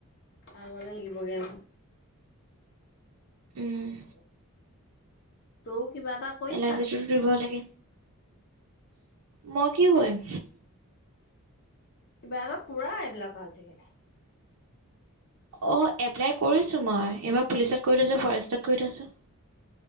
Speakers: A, on the left; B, on the right.
A: আগলে লাগিবগৈ ন <unintelligible>
B: উম
A: ত কিবা এটা কৰি
B: এল
A: থাক
B: আই চিটো দিব লাগে মই কি হয়ম
A: কিবা এক পুৰা এইবিলাক আজিকালি
B: অ এপ্লাই কৰিছো মই এইবাৰ পুলিচত ক থৈছো ফৰেষ্টত কৰি থৈছো